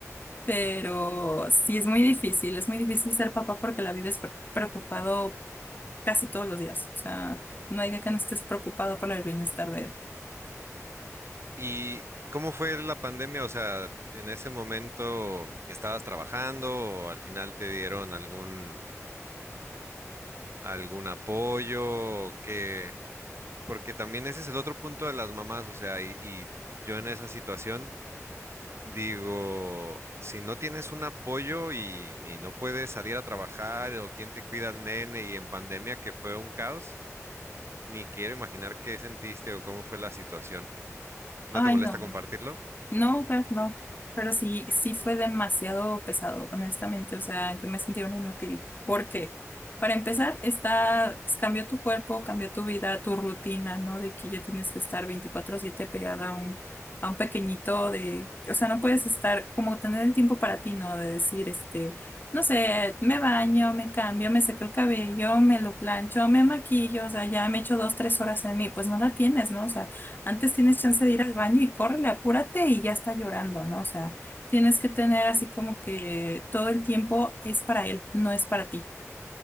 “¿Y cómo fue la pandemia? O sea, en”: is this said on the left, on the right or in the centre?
Right